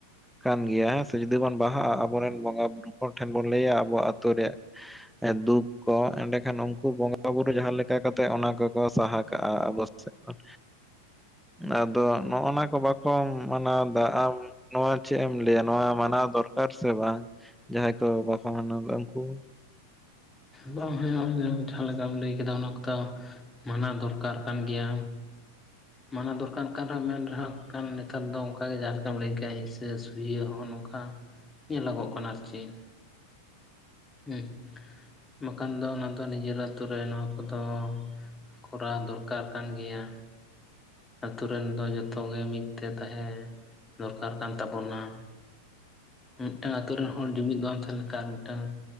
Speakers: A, in the centre; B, on the left.
A: ᱠᱟᱱ ᱜᱮᱭᱟ ᱦᱮᱸᱥᱮ ᱡᱩᱫᱤ ᱵᱚᱱ ᱵᱟᱦᱟᱜᱼᱟ ᱟᱵᱚᱨᱮᱱ ᱵᱚᱸᱜᱟ ᱵᱩᱨᱩ ᱠᱚ ᱴᱷᱮᱱ ᱵᱚᱱ ᱞᱮᱭᱟ ᱟᱵᱚ ᱟᱹᱛᱳ ᱨᱮᱭᱟᱜ ᱫᱩᱠ ᱠᱚ ᱮᱸᱰᱮᱠᱷᱟᱱ ᱩᱱᱠᱩ ᱵᱚᱸᱜᱟ ᱵᱩᱨᱩ ᱡᱟᱦᱟᱸ ᱞᱮᱠᱟ ᱠᱟᱛᱮᱜ ᱚᱱᱟ ᱠᱚᱠᱚ ᱥᱟᱦᱟ ᱠᱟᱜᱼᱟ ᱟᱵᱳ ᱥᱮᱫᱽᱠᱷᱚᱱ
B: <inaudible>
A: ᱟᱫᱚ ᱱᱚᱜ ᱱᱟ ᱠᱚ ᱵᱟᱠᱚ ᱢᱟᱱᱟᱣ ᱫᱟ ᱟᱢ ᱱᱚᱣᱟ ᱪᱮᱜ ᱮᱢ ᱞᱟᱹᱭᱟ ᱱᱚᱣᱟ ᱢᱟᱱᱟᱣ ᱫᱚᱨᱠᱟᱨ ᱥᱮ ᱵᱟᱝ ᱡᱟᱦᱟᱸᱭ ᱠᱚ ᱵᱟᱠᱚ ᱢᱟᱱᱟᱣᱫᱟ ᱩᱱᱠᱩ
B: ᱵᱟᱝ ᱦᱩᱭᱩᱜᱼᱟ ᱡᱟᱦᱟᱸ ᱞᱮᱠᱟᱢ ᱞᱮᱭ ᱠᱮᱫᱟ ᱩᱱᱟ ᱠᱚᱫᱚ ᱢᱟᱱᱟᱣ ᱫᱚᱨᱠᱟᱨ ᱠᱟᱱ ᱜᱮᱭᱟ᱾ ᱢᱟᱱᱟᱣ ᱫᱚᱨᱠᱟᱨ ᱠᱟᱱ ᱨᱮᱦᱚᱸ ᱢᱮᱱ ᱨᱮᱦᱚᱸ ᱠᱟᱱ ᱱᱮᱛᱟᱨ ᱫᱚ ᱚᱝᱠᱟᱜᱮ ᱡᱟᱦᱟᱸ ᱞᱮᱠᱟᱢ ᱞᱮᱭ ᱠᱮᱜᱼᱟ ᱥᱮ ᱥᱩᱭᱟᱹ ᱦᱚᱸ ᱱᱚᱝᱠᱟ ᱧᱮᱞᱚᱜᱚᱜ ᱠᱟᱱᱟ ᱟᱨ ᱪᱮᱫ <unintelligible> ᱵᱟᱠᱷᱟᱱ ᱫᱚ ᱚᱱᱟ ᱫᱚ ᱱᱤᱡᱮᱨ ᱟᱛᱳ ᱨᱮ ᱱᱚᱣᱟ ᱠᱚᱫᱚ ᱠᱚᱨᱟᱣ ᱫᱚᱨᱠᱟᱨ ᱠᱟᱱ ᱜᱮᱭᱟ ᱟᱛᱩ ᱨᱮᱱ ᱫᱚ ᱡᱚᱛᱚ ᱜᱮ ᱢᱤᱫ ᱛᱮ ᱛᱟᱦᱮᱸ ᱫᱚᱨᱠᱟᱨ ᱠᱟᱱ ᱛᱟᱵᱚᱱᱟ ᱢᱤᱫᱴᱟᱝ ᱟᱛᱳ ᱨᱮᱱ ᱦᱚᱲ ᱡᱩᱢᱤᱫ ᱵᱟᱢ ᱛᱟᱦᱮᱞᱮᱠᱷᱟᱱ ᱢᱤᱫᱴᱟᱝ